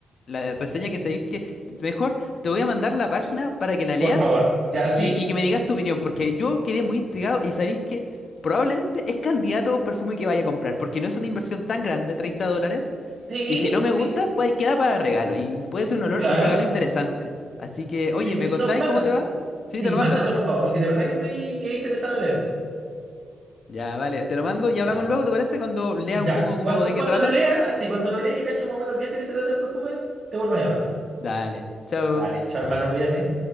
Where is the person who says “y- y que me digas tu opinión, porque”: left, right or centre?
Left